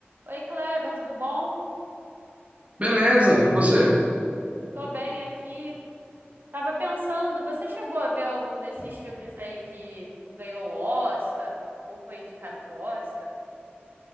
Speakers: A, on the right; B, on the right.
A: Oi, Kleber, tudo bom?
B: Beleza, e você?
A: Tô bem aqui. Tava pensando, você chegou a ver algum desses filmes aí que ganhou o Oscar ou foi indicado pro Oscar?